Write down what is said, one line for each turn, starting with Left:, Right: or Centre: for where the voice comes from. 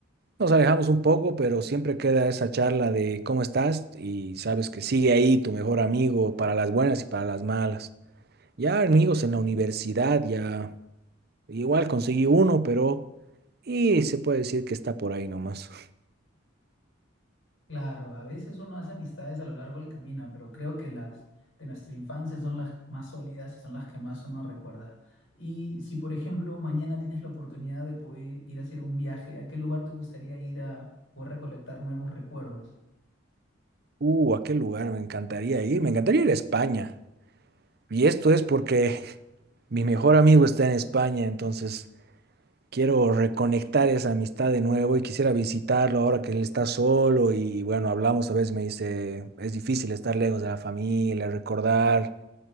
Right: Nos alejamos un poco, pero siempre queda esa charla de cómo estás y sabes que sigue ahí tu mejor amigo para las buenas y para las malas. Ya amigos en la universidad, ya igual conseguí uno, pero y se puede decir que está por ahí nomás.
Left: Claro, a veces uno hace amistades a lo largo del camino, pero creo que las de nuestra infancia son las más sólidas y son las que más uno recuerda. Y si, por ejemplo, mañana tienes la oportunidad de poder ir a hacer un viaje, ¿a qué lugar te gustaría ir a poder recolectar nuevos recuerdos?
Right: Uh, ¿a qué lugar me encantaría ir? Me encantaría ir a España. Y esto es porque <laughs> mi mejor amigo está en España, entonces Quiero reconectar esa amistad de nuevo y quisiera visitarlo ahora que él está solo y bueno, hablamos a veces, me dice, es difícil estar lejos de la familia, recordar